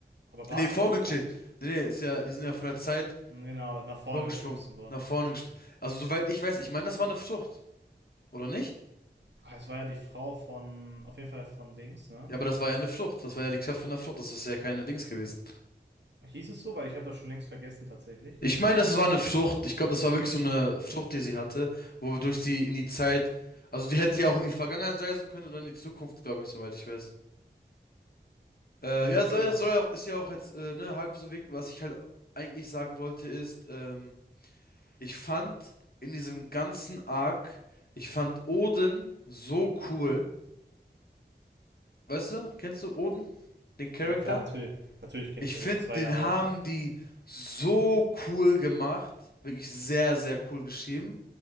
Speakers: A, on the right (about 75°); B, on the left (about 55°).
A: Aber war
B: Nee,
A: es
B: vorgedreht.
A: eine Frucht?
B: Nee, nee, ist ja, die sind ja von der Zeit
A: Genau, nach vorne
B: vorgesprungen,
A: geschmissen worden.
B: nach vorne gesprungen. Also soweit ich weiß, ich meine, das war eine Frucht, oder nicht?
A: Ah, Es war ja die Frau von, auf jeden Fall von Dings, ne?
B: Ja, aber das war ja eine Frucht. Das war ja die Kraft von der Frucht. Das ist ja keine Dings gewesen.
A: Hieß es so? Weil ich habe das schon längst vergessen tatsächlich.
B: Ich meine, das war eine Frucht. Ich glaube, das war wirklich so eine Frucht, die sie hatte, wodurch sie in die Zeit, also die hätte ja auch in die Vergangenheit reisen können oder in die Zukunft, glaube ich, soweit ich weiß. Äh,
A: Ja,
B: ja,
A: okay,
B: soll, ja,
A: das.
B: soll ja auch, ist ja auch jetzt äh, ne, halb so weg. Was ich halt eigentlich sagen wollte, ist, ähm, ich fand in diesem ganzen Arc, ich fand Odin so cool. Weißt du, kennst du Odin? Den Charakter?
A: Ja klar, natürlich. Natürlich kenne
B: Ich
A: ich Oden.
B: finde,
A: Das war
B: den
A: ja auch.
B: haben die so cool gemacht. Wirklich sehr, sehr cool geschrieben.